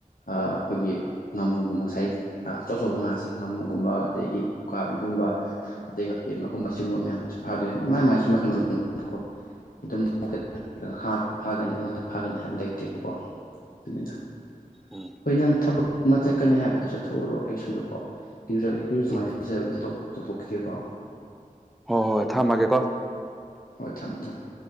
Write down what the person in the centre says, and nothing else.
ꯎꯝ
ꯎꯝ
ꯍꯣꯏ ꯍꯣꯏ ꯊꯝꯃꯒꯦ ꯀꯣ